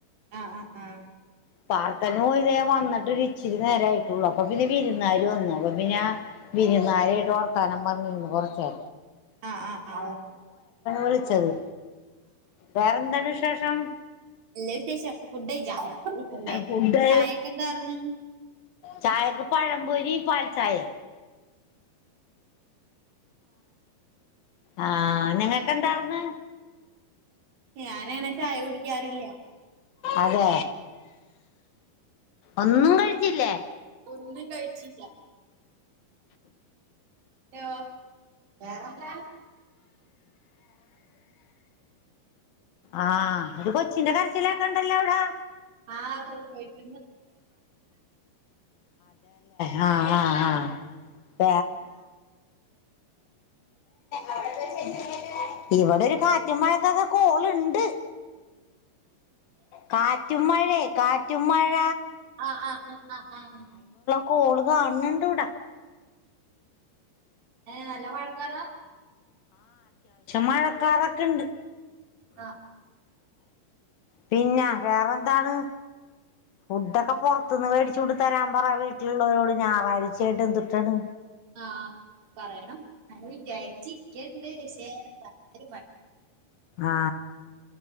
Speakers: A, on the right; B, on the left.
A: ആഹ് ആഹ ആഹ
B: പാർക്കന പോ ഇതേ വന്നിട്ട് ഇച്ചിരി നേര ആയിട്ടുള്ളൂ അപ്പ പിന്നെ വിരുന്നരു വന്ന അപ്പ പിന്ന വിരുന്നേരയിട്ട് വർത്താനം പറഞ്ഞിന്ന് കൊറച്ചേ
A: ആ ആ ആ
B: വിളിച്ചത് വേറെന്താണ് വിശേഷം
A: എ വിശേഷം ഫുഡ്‌ കൈച്ചോ
B: ഫുഡ്
A: ചായക്കെ എന്താന്ന്
B: ചായക്ക് പഴംപൊരിയും പാൽചായയും ആഹ നിങ്ങക്കെന്താർന്ന്
A: ഞാനങ്ങനെ
B: അതെ
A: ചായ കുടിക്കാറില്ല
B: ഉ ഒന്നും കഴിച്ചില്ലേ
A: ഒന്നും കഴിച്ചില്ല <unintelligible> വേറെന്ത
B: ആ അത് കൊച്ചിന്റെ കരച്ചിലക്കണ്ടല്ലേ അവിടെ
A: ആഹ്
B: അ ആ ആ വേറന്താ അതന്നെ അവടെന്താ ചെയ്ണെ ന്നട്ട് ഇവിടെ ഒരു കാറ്റും മഴക്കൊക്കെ കോള്ണ്ട് കാറ്റും മഴേ കാറ്റും മഴ
A: അഹ് ആഹ് അ ആഹ്
B: കോള് കാണ്‌ണ്ട് വിടെ
A: ഏ ല്ല മഴക്കാറാ
B: മഴക്കാറൊക്കെണ്ട്
A: അ
B: പിന്നെ വേറെന്താണ് ഫുഡൊക്കെ പൊർ ത്ത്ന്ന് മേടിച്ചുകൊണ്ട് തരാൻ പറ വീട്ടിലുള്ളോരോട് ഞായറായ്ച്ചായ്ട്ട് ന്തുട്ടാണ്
A: ആ പറയണം അങ്ങനെ വിചാരിച്ച് കേണ്ട് ശേ പ്ര <unintelligible>
B: ആ